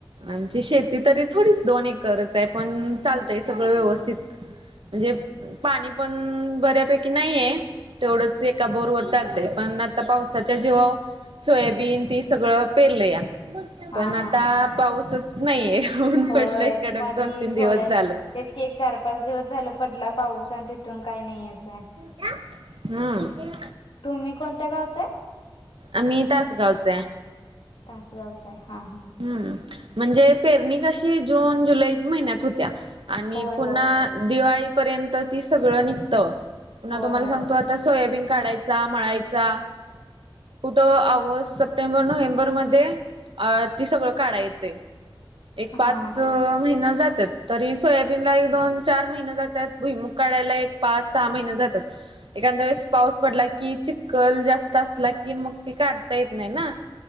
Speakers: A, on the right; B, on the left.
A: आमची शेती तरी थोडीच दोन एकरच आहे, पण चालतंय सगळं व्यवस्थित. म्हणजे पाणी पण बऱ्यापैकी नाहीये. तेवढंच एका बोरवर चालतंय, पण आता पावसाच्या जिवावर सोयाबीन ती सगळं पेरलया.
B: हा
A: पण आता
B: हा
A: पाऊसच नाहीये. ऊन
B: होय
A: पडलंय कडक
B: मधी
A: दोन तीन दिवस
B: थोड्या
A: झालं.
B: तेच की एक चार पाच दिवस झालं पडला पाऊस आणि तिथून काय नाहीयेच आहे.
A: हम्म.
B: तुम्ही कोणत्या गावाचं आहे.
A: आम्ही तासगावच हाय.
B: तासगावच आहे हा हा.
A: हम्म म्हणजे पेरणी कशी जून, जुलैच महिन्यात होत्या. आणि
B: होय
A: पुन्हा
B: होय
A: दिवाळीपर्यंत ती सगळं निघतं. पुन्हा
B: होय
A: तुम्हाला
B: होय
A: सांगतो आता सोयाबीन काढायचा, मळायचा. कुठं ऑगस्ट, सप्टेंबर, नोव्हेंबरमध्ये अ ती सगळं काढाय येते एक पाच
B: हा
A: महिना जातात. तरी सोयाबीनला एक दोन चार महिने जातात. भुईमुख काढायला एक पाच सहा महिने जातात. एखांद्या वेळेस पाऊस पडला की चिखल जास्त असला की मग ती काढता येत नाही ना.